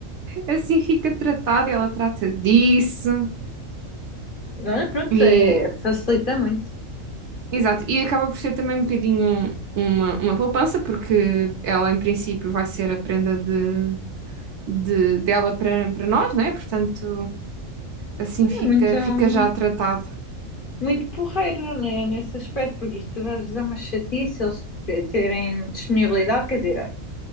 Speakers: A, on the right (about 60°); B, on the left (about 40°).
A: assim fica tratado e ela trata disso.
B: Olha, pronto,
A: E,
B: é, facilita muito.
A: exato, e acaba por ser também um bocadinho uma, uma poupança, porque ela em princípio vai ser a prenda de, de- dela para, para nós, né? Portanto, Assim
B: É
A: fica,
B: muito, hum,
A: fica já tratado.
B: muito porreiro, né, nesse aspecto, porque isto depois às vezes é uma chatice eles te- terem disponibilidade, quer dizer,